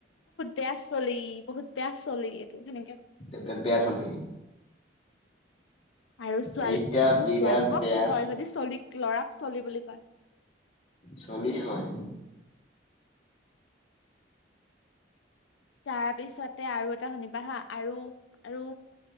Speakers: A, on the left (about 85°); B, on the left (about 35°).
A: বেয়া চলি বহুত বেয়া চলি, এইটোক হেনো
B: <unintelligible> বেয়া চলে নেকি
A: আৰু ছোৱাল,
B: এইটা
A: অ
B: বিৰাট
A: ছোৱালীবোৰক
B: বেয়া
A: কি কয় যদি চলি লৰাক চলি বুলি কয়?
B: চলিয়ে কয়
A: তাৰ পিছতে আৰু এটা শুনিবা হা আৰু আৰু